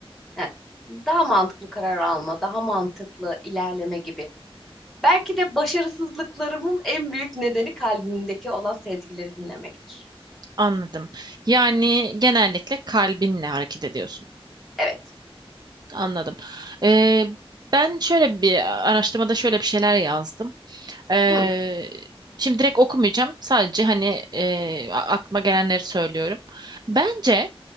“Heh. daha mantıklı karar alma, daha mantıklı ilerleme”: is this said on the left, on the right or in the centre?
Centre